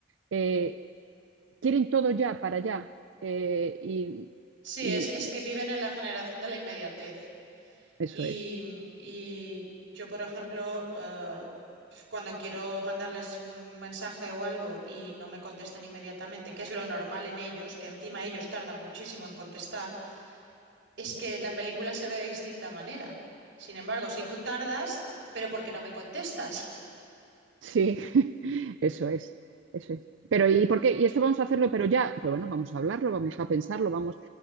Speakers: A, on the right; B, on the right.
A: eh, quieren todo ya para allá. eh, y,
B: Sí,
A: y-
B: es, es que viven
A: y-
B: en la generación de la inmediatez.
A: eso
B: Y,
A: es.
B: mm, y yo, por ejemplo, eh, cuando quiero mandarles un mensaje o algo y no me contestan inmediatamente, que es lo normal en ellos, que encima ellos tardan muchísimo en contestar, es que la película se ve de distinta manera. Sin embargo, si tú tardas, pero ¿por qué no me contestas?
A: Sí, <laughs> eso es, eso es. Pero, ¿y por qué? Y esto vamos a hacerlo, pero ya, pero bueno, vamos a hablarlo, vamos a pensarlo, vamos.